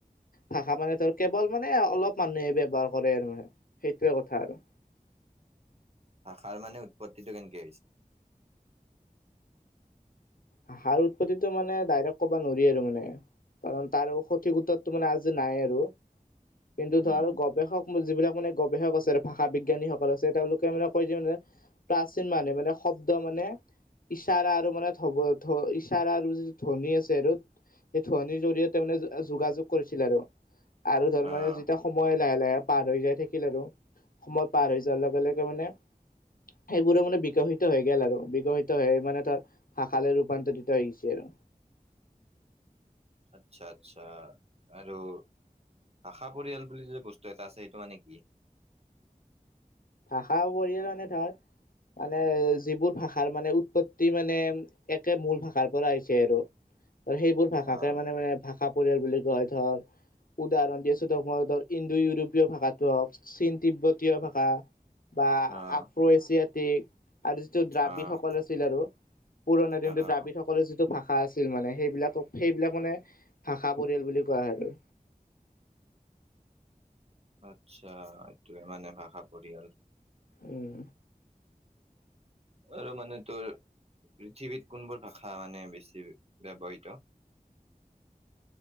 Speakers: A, on the left; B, on the right.
A: ভাষা মানে <inaudible> কেৱল মানে অলপ মানুহে ব্যৱহাৰ কৰে আৰু মানে সেইটোয়ে কথা আৰু।
B: ভাষাৰ মানে উৎপত্তিটো কেনেকে হৈছে?
A: ভাষাৰ উৎপত্তিটো মানে ডাইৰেক্ট‌ ক'বা নোৱাৰি আৰু মানে। কাৰণ তাৰ সঠিক উত্তৰটো মানে আজি নাই আৰু। কিন্তু ধৰ
B: উম
A: গৱেষক যিবিলাক মানে গৱেষক আছে ভাষা বিজ্ঞানীসকলৰ আছে তেওঁলোক <inaudible> মানে কৈ যে মানে প্ৰাচীন মানে মানে শব্দ মানে ইশাৰা আৰু মানে <unintelligible> ইশাৰা আৰু যিটো ধ্বনি আছে আৰু। সেই ধ্বনিৰ জৰিয়তে মানে <unintelligible> আ, যোগাযোগ কৰিছিল আৰু আৰু ধৰ
B: আহ
A: মানে যেতিয়া সময় লাহে লাহে পাৰ হৈ যাই থাকিল আৰু সময় পাৰ হৈ যোৱাৰ লগে লগে মানে। সেইবোৰো মানে বিকাশিত হৈ গ'ল আৰু বিকাশিত হৈ মানে তাৰ ভাষা লৈ ৰূপান্তৰিত হৈ গৈছে আৰু।
B: আচ্ছা আচ্ছা আৰু ভাষা পৰিয়াল বুলি যে বস্তু এটা আছে সেইটো মানে কি?
A: ভাষা পৰিয়াল মানে ধৰ মানে যিবোৰ ভাষাৰ মানে উৎপত্তি মানে একে মূল ভাষাৰ পৰা আহিছে আৰু‌ আৰু সেইবোৰ ভাষাকে
B: আহ
A: মানে-মানে ভাষা পৰিয়াল বুলি কোৱা হয় ধৰ উদাহৰণ দি আছো তোক মই ধৰ ইণ্ডো ইউৰোপীয় ভাষাটো হওঁক চীন তিব্বতীয় ভাষা। বা
B: আহ
A: আফ্ৰ এছিয়া টি। আৰু যিটো দ্ৰাবিডসকল
B: আহ
A: আছিল আৰু পুৰাণা <unintelligible>
B: আহ
A: দ্ৰাবিডসকল
B: আহ
A: সকলো যিটো ভাষা আছিল মানে সেইবিলাকক সেইবিলাক মানে ভাষা পৰিয়াল বুলি কোৱা হয় আৰু।
B: আচ্ছা এইটোৱে মানে ভাষা পৰিয়াল।
A: উম
B: আৰু মানে <inaudible> পৃথিৱীত কোনবোৰ ভাষা মানে বেছি ব্যৱহৃত?